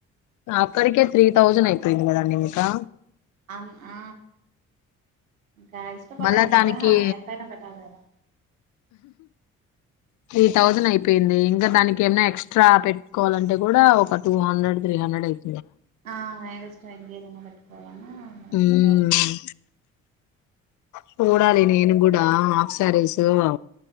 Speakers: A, on the left; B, on the right.
A: నా ఒక్కరికే త్రీ థౌసేన్ అయిపోయింది కదా అండి మీకా
B: అన్ ఆ ఇంకా ఇష్టపడాను
A: మళ్ళా దానికి
B: కదా ఎంతైనా పెట్టాలి కదా
A: త్రీ థౌసేన్ అయిపోయింది ఇంకా దానికి ఏమైనా ఎక్సట్రా పెట్టుకోవాలంటే కూడా ఒక టూ హండ్రెడ్ త్రీ హండ్రెడ్ అయిపో
B: ఆ ఎగస్ట్రా ఇంకేదన్నా పెట్టుకోదనా <unintelligible>
A: మ్మ్ చూడాలి నేను కూడా ఆఫ్ శారీస్ ఏవో